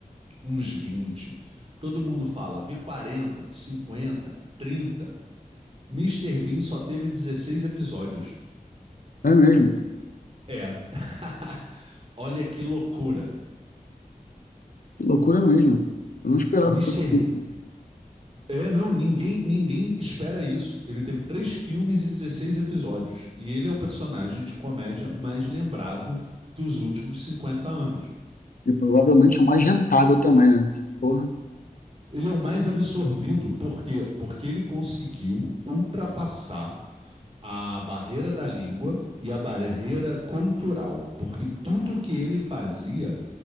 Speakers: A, on the right; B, on the left.
A: Uns 20. Todo mundo fala, vi 40, 50, 30. Mister Bean só teve 16 episódios.
B: É mesmo.
A: É. <laughs> Olha que loucura.
B: Que loucura mesmo. Eu não esperava
A: Mister.
B: que fosse assim.
A: B- É, não, ninguém, ninguém espera isso. Ele teve três filmes e 16 episódios. E ele é o personagem de comédia mais lembrado dos últimos cinquenta anos.
B: E provavelmente o mais rentável também, né? Porra,
A: Ele é o mais absorvido, por quê? Porque ele conseguiu ultrapassar a barreira da língua e a barreira cultural. Porque tudo que ele fazia